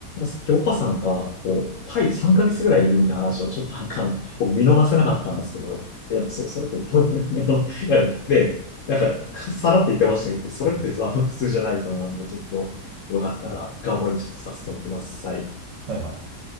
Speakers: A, on the left; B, on the right.
A: さっき岡さんが、こう、タイ3ヶ月ぐらいいるみたいな話をちょっとなんか、僕見逃せなかったんですけど、いや、そ、それってどう、<laughs> あの、今で、<laughs> なんか、かさらって言ってましたけど、それってあの普通じゃないと思うんで、
B: <laughs>
A: ちょっと、よかったら深掘りちょっとさせてください。
B: はいはい。